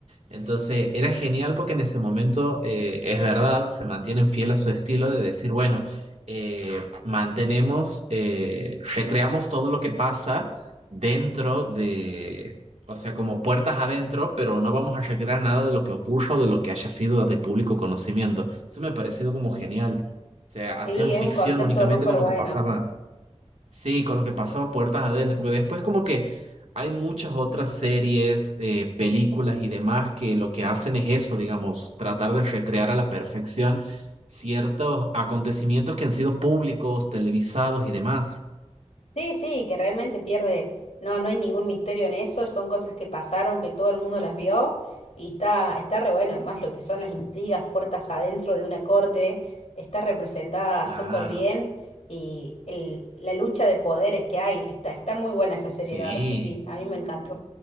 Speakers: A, on the right; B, on the left.
A: Entonces era genial porque en ese momento eh, es verdad, se mantienen fiel a su estilo de decir, bueno, eh, mantenemos, eh, recreamos todo lo que pasa dentro de, o sea, como puertas adentro, pero no vamos a recrear nada de lo que ocurra o de lo que haya sido de público conocimiento. Eso me ha parecido como genial. O sea, hacían
B: Sí,
A: ficción
B: es un concepto
A: únicamente
B: súper
A: con lo
B: bueno.
A: que pasaba Sí, con lo que pasaba puertas adentro, porque después como que hay muchas otras series, eh, películas y demás que lo que hacen es eso, digamos, tratar de recrear a la perfección ciertos acontecimientos que han sido públicos, televisados y demás.
B: Sí, sí, que realmente pierde, no, no hay ningún misterio en eso, son cosas que pasaron, que todo el mundo las vio y está, está re bueno, además lo que son las intrigas, puertas adentro de una corte, está representada
A: Claro,
B: súper bien y el- la lucha de poderes que hay, está, está muy buena esa serie,
A: sí,
B: la verdad es que sí, a mí me encantó.